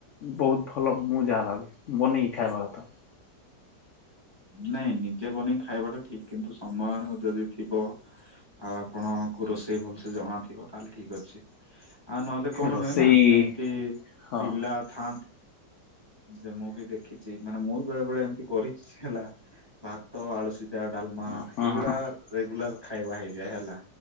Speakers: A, on the left; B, on the right.
A: ବହୁତ ଭଲ ମୁଁ ଯାହା ଭାବି ବନେଇକି ଖାଇବା କଥା।
B: ନାଇଁ ନିଜେ ବନେଇକ ଖାଇବାଟା ଠିକ, କିନ୍ତୁ ସମୟ ଯଦି ଥିବ ଆଉ ଆପଣଙ୍କୁ ରୋଷେଇ ଭଲସେ ଜଣା ଥିବ ତାହେଲେ ଠିକ ଅଛି। ଆଉ ନହେଲେ କଣ
A: ରୋଷେଇ
B: ହୁଏ ନା ଏମତି
A: ହଁ
B: ପିଲା ଥା ଯେ ମୁଁ ବି ଦେଖିଛି ମାନେ ମୁଁ ବେଳେ ବେଳେ ଏମତି କରିଛି ହେଲା ଭାତ ଆଳୁସିଜା ଡାଲମା
A: ହଁ
B: ଏଇଗୁଡା
A: ହଁ।
B: ରେଗୁଲାର ଖାଇବା ହେଇଯାଏ, ହେଲା